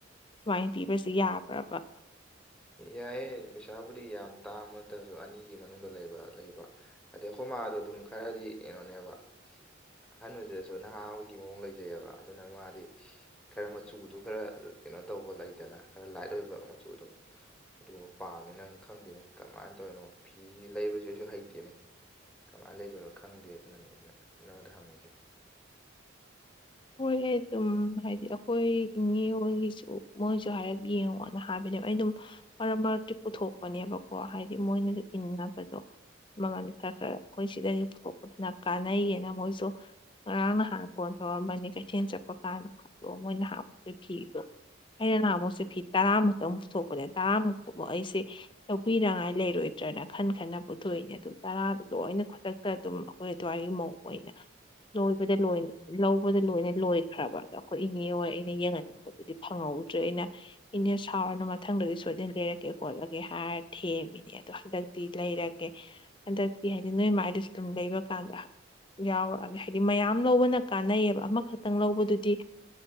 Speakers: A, on the left; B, in the centre.
A: ꯁꯨꯃꯥꯏꯅ ꯄꯤꯕꯁꯤ ꯌꯥꯕ꯭ꯔꯕ
B: ꯌꯥꯏꯑꯦ ꯄꯩꯁꯥꯕꯨꯗꯤ ꯌꯥꯝ ꯇꯥꯡꯕ ꯅꯠꯇ꯭ꯔꯁꯨ ꯑꯅꯤꯒꯤ ꯃꯅꯨꯡꯗ ꯂꯩꯕ ꯂꯩꯕ꯫ ꯑꯗꯩ ꯍꯣꯃꯥꯗꯣ ꯑꯗꯨꯝ ꯈꯔꯗꯤ ꯀꯩꯅꯣꯅꯦꯕ ꯑꯍꯟ ꯑꯣꯏꯖꯤꯗꯁꯨ ꯅꯍꯥ ꯑꯃꯒꯤꯒꯤ ꯃꯑꯣꯡ ꯂꯩꯖꯩꯑꯕ ꯑꯗꯨꯅ ꯃꯥꯗꯤ ꯈꯔ ꯃꯆꯨꯗꯣ ꯈꯔ ꯀꯩꯅꯣ ꯇꯧꯕ ꯂꯩꯗꯅ ꯈꯔ ꯂꯥꯏꯠ ꯑꯣꯏꯕ ꯃꯆꯨꯗꯣ꯫ ꯑꯗꯨꯒꯨꯝꯕ ꯄꯥꯝꯃꯦꯅ ꯅꯪ ꯈꯪꯗꯦꯅꯦ ꯀꯔꯃꯥꯏꯅ ꯇꯧꯔꯤꯅꯣ ꯐꯤ ꯂꯩꯕꯁꯤꯁꯨ ꯍꯩꯇꯦꯅꯦ꯫ ꯀꯃꯥꯏꯅ ꯂꯩꯗꯣꯏꯅꯣ ꯈꯪꯗꯦ ꯑꯗꯨꯅꯅꯦ ꯑꯩꯅ ꯅꯉꯣꯟꯗ ꯍꯪꯉꯤꯁꯦ꯫
A: ꯍꯣꯏ ꯑꯩ ꯑꯗꯨꯝ ꯍꯥꯏꯗꯤ ꯑꯩꯈꯣꯏ ꯏꯅꯦ ꯍꯣꯏꯒꯤꯁꯨ ꯃꯣꯏꯁꯨ ꯍꯥꯏꯔꯞ ꯌꯦꯡꯉꯣꯅ ꯍꯥꯏꯕꯅꯦꯕ ꯑꯩ ꯑꯗꯨꯝ ꯃꯔꯛ ꯃꯔꯛꯇꯤ ꯄꯨꯊꯣꯛꯄꯅꯦꯕꯀꯣ ꯍꯥꯏꯗꯤ ꯃꯣꯏꯅꯁꯨ ꯏꯟꯅꯕꯗꯣ ꯃꯃꯜꯗꯤ ꯈꯔ ꯈꯔ ꯑꯩꯈꯣꯏ ꯁꯤꯗꯒꯤ ꯄꯨꯊꯣꯛꯄꯗꯨꯅ ꯀꯥꯟꯅꯩꯌꯦꯅ ꯃꯣꯏꯁꯨ ꯉꯔꯥꯡ ꯅꯍꯥꯟꯅ ꯐꯣꯟ ꯇꯧꯔꯝꯕꯅꯦ ꯀꯩꯊꯦꯜ ꯆꯠꯄ ꯀꯥꯟꯗ ꯑꯗꯣ ꯃꯣꯏꯅ ꯍꯕꯗꯨꯒꯤ ꯐꯤꯗꯣ ꯑꯩꯅ ꯅꯍꯥꯟꯃꯨꯛꯁꯦ ꯐꯤ ꯇꯔꯥꯃꯨꯛꯇꯪ ꯄꯨꯊꯣꯛꯄꯅꯦ ꯇꯔꯥꯃꯨꯛ ꯄꯨꯕ ꯑꯩꯁꯦ꯫ ꯂꯧꯕꯤꯅꯉꯥꯏ ꯂꯩꯔꯣꯏꯗ꯭ꯔꯅ ꯈꯟ ꯈꯟꯅ ꯄꯨꯊꯣꯛꯏꯅꯦ ꯑꯗꯨ ꯇꯔꯥꯗꯨꯣ ꯂꯣꯏꯅ ꯈꯨ ꯑꯗꯨꯝ ꯑꯩꯈꯣꯏ ꯑꯗꯨ꯭ꯋꯥꯏꯒꯤ ꯃꯧ ꯑꯣꯏꯅ ꯂꯣꯏꯗꯣꯏ ꯂꯗ ꯂꯣꯏꯅ ꯂꯣꯏꯈ꯭ꯔꯕ ꯑꯗꯣ ꯑꯩꯈꯣꯏ ꯏꯅꯦ ꯍ ꯑꯩꯅ ꯌꯦꯡꯍꯟꯅꯤꯡꯕꯗꯨꯗꯤ ꯐꯪꯍꯧꯗ꯭ꯔꯦ ꯑꯩꯅ ꯏꯅꯦ ꯁꯥꯎꯔꯅ ꯃꯊꯪꯗꯗꯤ ꯁꯣꯏꯗꯅ ꯂꯩꯔꯛꯀꯦ ꯈꯣꯠꯂꯒꯦ ꯍꯥꯏꯔ ꯊꯦꯝꯃꯤꯅꯦ ꯑꯗꯣ ꯍꯟꯗꯛꯇꯤ ꯂꯩꯔꯒꯦ ꯍꯟꯗꯛꯇꯤ ꯍꯥꯏꯗꯤ ꯅꯣꯏ ꯃꯥꯏꯗꯁꯨ ꯑꯗꯨꯝ ꯂꯩꯕ ꯀꯥꯟꯗ ꯌꯥꯎꯔꯛꯑꯒꯦ ꯍꯥꯏꯗꯤ ꯃꯌꯥꯝ ꯂꯧꯕꯅ ꯀꯥꯟꯅꯩꯌꯦꯕ ꯑꯃꯈꯛꯇꯪ ꯂꯧꯕꯗꯨꯗꯤ